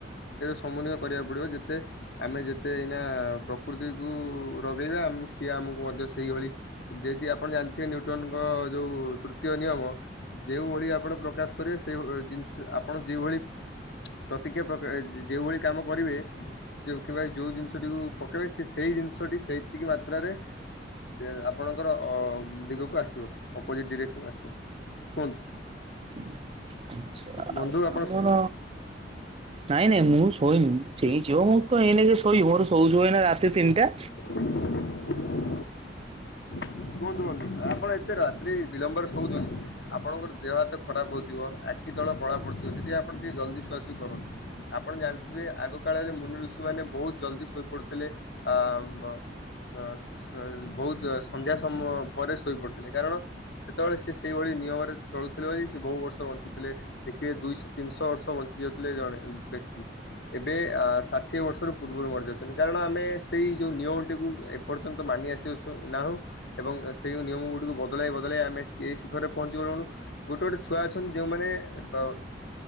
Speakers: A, on the left; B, on the right.
A: ସମୁନ୍ୱୟ କରିବାକୁ ପଡ଼ିବ ଯେତେ ଆମେ ଯେତେ ତେ ଏଇନା ପ୍ରକୃତିକୁ ରଗେଇବା ଆମ୍ ସିଏ ଆମକୁ ମଧ୍ୟ ସେଇଭଳି ଯେମିତି ଆପଣ ଜାଣିଥିବେ ନ୍ୟୁଟନ୍ ଙ୍କ ଯୋଉ ତୃତୀୟ ନିୟମ ଯେଉଁ ଭଳି ଆପଣ ପ୍ରକାଶ୍ କରିବେ ସେହି ଭଳି ଜିନିଷ ଆପଣ ଯେଉଁଭଳି ପ୍ରତିକ୍ରିୟା ପ୍ରକାଶ୍ ଏଇ ଯେଉଁ ଭଳି କାମ କରିବେ ଯୋଉଥି ପାଇଁ ଯୋଉ ଜିନିଷଟିକୁ ପକେଇବେ ସେ ସେଇ ଜିନିଷଟି ସେଇତିକି ମାତ୍ରାରେ ସେ ଆପଣଙ୍କର ଅ ଦିଗକୁ ଆସିବ ଅପୋଜିଟ୍ ଡିରେକ୍ସନ୍ ଆସିବ। କୁହନ୍ତୁ?
B: <unintelligible> ଆଛା।
A: ବନ୍ଧୁ ଆ
B: ଆପଣ ନାଇଁ ନାଇଁ ମୁଁ ଶୋଇନି ମୁଁ ଚେଇଁଛି ହଁ ମୁଁ କଣ ଏଇନେକେ ଶୋଇବି ମୋର ଶୋଉ ଶୋଉ ଏଇନା ରାତି ତିନିଟା।
A: <inaudible> କୁହନ୍ତୁ କୁହନ୍ତୁ ଆପଣ ଏତେ ରାତିି ବିଳମ୍ବରେ ଶୋଉଚନ୍ତି ଆପଣଙ୍କର ଦେହ ହାତ ଖରାପ୍ ହୋଉଥିବ ଆଖି ତଳ କଳା ପଡୁଥିବା ସେଥିପାଇଁ ଆପଣ ଟିକେ ଜଲ୍ଦି ଶୁଆଶୁଇ ଏମିତି କରନ୍ତି ଆପଣ ଜାଣିଥିବେ ଆଗ କାଳରେ ମୁନି ଋଷି ମାନେ ବୋହୁତ୍ ଜଲ୍ଦୀ ଶୋଇ ପଡୁଥିଲେ ଆ ବ ବ ସ ବୋହୁତ ସନ୍ଧ୍ୟା ସମୟ ପରେ ଶୋଇ ପଡୁଥିଲେ କାରଣ ସେତେବେଳେ ସେ ସେହିଭଳି ନିୟମରେ ଚଳୁଥିଲେ ବୋଲି ସେ ବହୁ ବର୍ଷ ବଞ୍ଚୁଥିଲେ ଦେଖିବେ ଦୁଇଶ ତିନିଶ ବର୍ଷ ବଞ୍ଚି ଯାଉଥିଲେ ଜଣେ ଜଣେ ବ୍ୟକ୍ତି। ଏବେ ଆ ଷାଠିଏ ବର୍ଷରୁ ପୂର୍ବରୁ ମରି ଯାଉଚନ୍ତି କାରଣ ଆମେ ସେଇ ଯୋଉ ନିୟମଟିକୁ ଏ ପର୍ଯ୍ୟନ୍ତ ମାନି ଆସିଅଛୁ ନାହୁ ଏବଂ ସେଇ ନିୟମ୍ ଗୁଡ଼ିକୁ ବଦଳାଇ ବଦଳାଇ ଆମେ ସେ ଶିଖରରେ ପହଁଞ୍ଚି ଗଲୁଣୁ ଗୋଟେ ଗୋଟେ ଛୁଆ ଅଛନ୍ତି ଯୋଉଁମାନେ ବ